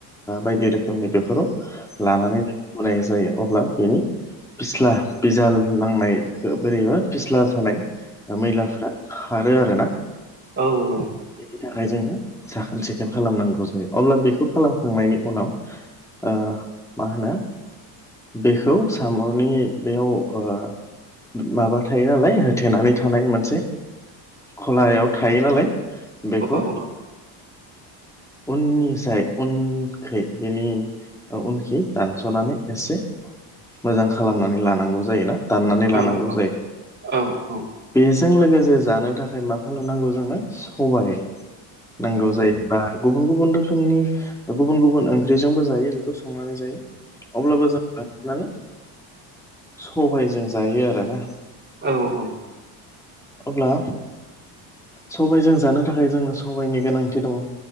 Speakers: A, in the centre; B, on the right.
A: बायदि रोखोमनि बेफोराव लानानै जायो अब्ला बेनि फिस्ला बिजाल नांनायखो बोरैबा फिस्ला जानाय मैलाफ्रा खारो आरोना
B: औ औ
A: बेनि थाखाय जोङो साखोन सिखोन खालामनांगौ जायो अब्ला बेखौ खालामखांनायनि उनाव ओ मा होनो बेखौ साम'नि बेयाव ओ माबा थायो नालाय होथेनानै थानाय मोनसे खलायाव थायो नालाय। बेखौ
B: औ
A: उननि जाय उनखै बेनि ओ उनखि दानस'नानै एसे मोजां खालामनानै लानांगौ जायोना। दाननानै
B: औ
A: लानांगौ जायो।
B: औ नोंथां औ औ
A: बेजों लोगोसे जानो थाखाय मा खालामनांगौ जोंनो सबाय नांगौ जायो बा गुबुन गुबुन रोखोमनि गुबुन गुबुन ओंख्रिजोंबो जायो बेखौ संनानै जायो। अब्लाबो जों मानि सबाइजों जायो आरोना।
B: औ औ
A: अब्ला सबाइजों जानो थाखाय जोंनो सबाइनि गोनांथि दङ।